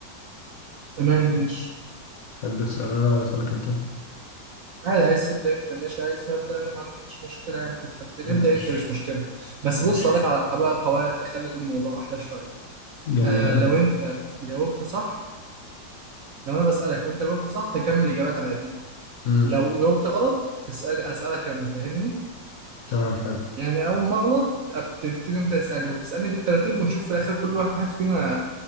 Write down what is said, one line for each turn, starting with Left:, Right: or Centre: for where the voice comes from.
Right: تمام ماشي
Left: تحب تسأل انا ولا أسألك انت
Right: عادي عايز تبدأ انت ماشي عايز نبدأ انا ما عنديش مشكلة يعني في الحالتين
Left: ماشي
Right: نبدأ انت مش مشكلة بس
Left: ماشي
Right: بص اقول لك على بقى قواعد تخلي الموضوع احلى شوية
Left: جميل
Right: آه
Left: أوي
Right: لو انت جاوبت صح لو انا بسألك وانت جاوبت صح تكمل اجابات عادي
Left: امم
Right: لو جاوبت غلط تسأل اسألك انا فاهمني؟
Left: تمام حلو
Right: يعني اول ما اغلط بتبتدي انت تسألني وتسألني بالترتيب ونشوف في الاخر كل واحد فينا